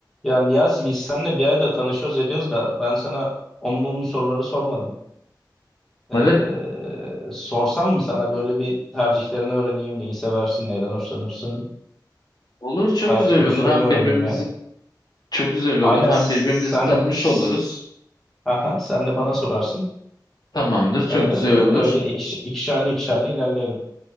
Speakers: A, in the centre; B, on the left.
A: Ya Niyazi biz seninle bir aydır tanışıyoruz ediyoruz da ben sana on mum soruları sormadım. Ee,
B: Evet
A: sorsam mı sana böyle bir tercihlerini öğreneyim, neyi seversin, neyden hoşlanırsın,
B: olur çok
A: hayat
B: güzel
A: görüşlerini
B: olur. Hem
A: öğreneyim
B: birbirimizi
A: yani.
B: çok güzel
A: Aynen
B: olur. Hem
A: s-
B: birbirimizi
A: sen
B: tanımış
A: de s-
B: oluruz.
A: aha, sen de bana sorarsın.
B: Tamamdır çok
A: Ee, öyle
B: güzel olur.
A: ikiş, ikişerli ikişerli ilerleyelim.